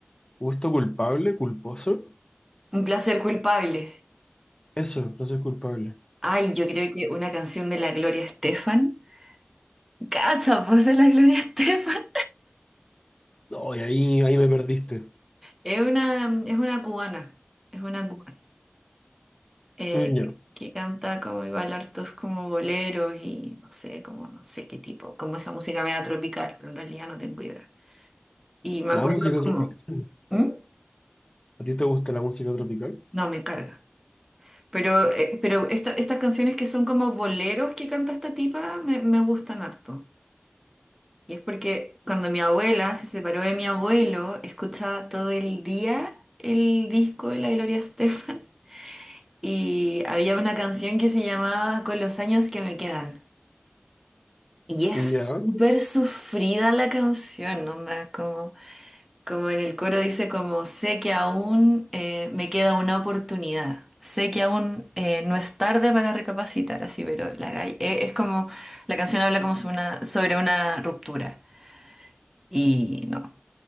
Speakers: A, on the left (about 20°); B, in the centre.
A: gusto culpable, culposo.
B: Un placer culpable.
A: Eso, no soy culpable.
B: Ay, yo creo que una canción de la Gloria Estefan. Cacha, pues de la Gloria <laughs> Estefan.
A: No, y ahí, ahí me perdiste.
B: Es una, es una cubana. Es una cubana. eh,
A: Mm,
B: que,
A: Ya.
B: que canta como y baila hartos como boleros y no sé, como no sé qué tipo. Como esa música media tropical, pero en realidad no tengo idea. Y me
A: La
B: acuerdo
A: música
B: como.
A: tropical.
B: ¿Mm?
A: ¿A ti te gusta la música tropical?
B: No, me carga. Pero, eh, pero esta- estas canciones que son como boleros que canta esta tipa me, me gustan harto. Y es porque cuando mi abuela se separó de mi abuelo, escuchaba todo el día el disco de la Gloria Estefan. <laughs> Y había una canción que se llamaba Con los años que me quedan. Y es
A: Ya.
B: súper sufrida la canción, onda, como... Como en el coro dice, como sé que aún eh, me queda una oportunidad, sé que aún eh, no es tarde para recapacitar, así, pero la gay- e- es como, la canción habla como sobre una, sobre una ruptura. Y no,